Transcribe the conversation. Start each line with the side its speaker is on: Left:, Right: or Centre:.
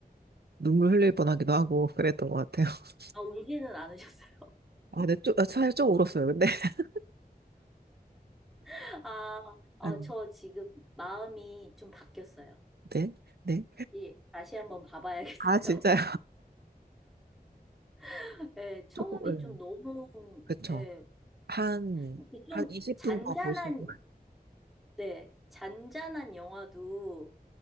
Right: 눈물 흘릴 뻔하기도 하고, <laughs> 그랬던 것 같아요. <laughs>
Centre: 아, 울지는 않으셨어요?
Right: 아, 네, 좀, 아, 사실 좀 울었어요, 근데. <laughs>
Centre: <laughs> 아, 아,
Right: 음,
Centre: 저 지금 마음이 좀 바뀌었어요.
Right: 네, 네.
Centre: 예, 다시 한번 봐봐야겠어요.
Right: 아, 진짜.
Centre: <laughs> 예, 처음이
Right: 조금,
Centre: 좀
Right: 예,
Centre: 너무,
Right: 그쵸.
Centre: 예,
Right: 한,
Centre: 이게 좀
Right: 한 20분
Centre: 잔잔한,
Right: 더 보시고.
Centre: 네, 잔잔한 영화도